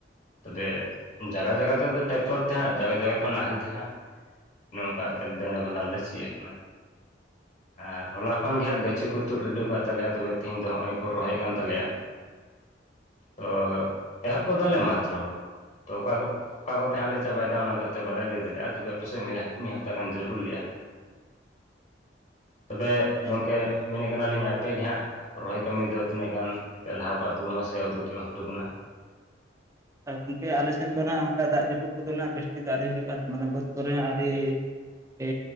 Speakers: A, on the left; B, on the right.
A: ᱛᱚᱵᱮ ᱡᱟᱜᱟ ᱡᱟᱜᱟ ᱛᱮᱫᱚ ᱴᱮᱠ ᱴᱚᱨ ᱛᱮ ᱦᱟᱸᱜ ᱡᱟᱜᱟ ᱡᱟᱜᱟ ᱛᱮ ᱱᱟᱦᱮᱞ ᱛᱮ ᱦᱟᱸᱜ ᱚᱱᱮ ᱚᱝ ᱠᱟᱛᱮ ᱫᱮᱱᱟᱹ ᱵᱷᱟᱱᱟ ᱞᱮ ᱥᱤᱭᱮᱫ ᱠᱟᱱᱟ ᱟᱸ ᱦᱚᱞᱟ ᱠᱷᱚᱱ ᱜᱮ ᱦᱟᱸᱜ ᱜᱟᱹᱪᱷᱤ ᱠᱚ ᱛᱩᱫ ᱨᱮᱰᱤ ᱟᱠᱟᱫ ᱛᱟᱞᱮᱭᱟ ᱛᱚᱵᱮ ᱛᱤᱦᱤᱧ ᱫᱚ ᱱᱚᱜ ᱚᱭ ᱠᱚ ᱨᱚᱦᱚᱭ ᱮᱫ ᱠᱟᱱ ᱛᱟᱞᱮᱭᱟ, ᱛᱚ ᱮᱦᱚᱵ ᱠᱟᱫᱟᱞᱮ ᱢᱟᱛᱨᱚ ᱛᱚ ᱚᱠᱟ ᱚᱠᱟ ᱠᱚ ᱛᱟᱦᱚᱞᱮ ᱪᱟᱵᱟᱭ ᱫᱟ ᱚᱱᱟ ᱦᱚᱛᱮ ᱛᱮ ᱵᱟᱞᱮ ᱞᱟᱹᱭ ᱫᱟᱲᱮᱭᱟᱜ-ᱟ ᱛᱚᱵᱮ ᱯᱟᱥᱮ ᱢᱤᱫ ᱦᱟᱯᱛᱟ ᱜᱟᱱ ᱡᱟᱹᱨᱩᱲ ᱞᱮᱜᱼᱟ, ᱛᱚᱵᱮ
B: ᱟᱪᱪᱷᱟ
A: ᱜᱚᱝᱠᱮ ᱢᱮᱱᱮᱫ ᱠᱟᱱᱟ ᱞᱤᱧ ᱟᱯᱮᱜᱮ ᱜᱮ ᱦᱟᱸᱜ ᱨᱚᱦᱚᱭ ᱠᱟᱹᱢᱤ ᱫᱚ ᱛᱤᱱᱟᱹᱜ ᱜᱟᱱ ᱯᱮ ᱞᱟᱦᱟ ᱠᱟᱜ ᱛᱟᱵᱚᱱᱟ ᱥᱮ ᱟᱹᱣᱨᱤ ᱯᱮ ᱮᱦᱚᱵ ᱛᱟᱵᱚᱱᱟ?
B: ᱜᱚᱝᱠᱮ ᱟᱞᱮ ᱥᱮᱱ ᱫᱚ ᱦᱟᱸᱜ ᱚᱱᱠᱟ ᱫᱟᱜ ᱡᱟᱹᱯᱩᱫ ᱠᱚᱫᱚ ᱱᱟᱸᱜ ᱵᱮᱥᱴᱤᱠ ᱫᱚ ᱟᱹᱣᱨᱤ ᱦᱩᱭᱩᱜ-ᱟ ᱢᱟᱱᱮ ᱵᱟᱹᱫᱽ ᱠᱚᱨᱮ ᱟᱹᱣᱨᱤ ᱮ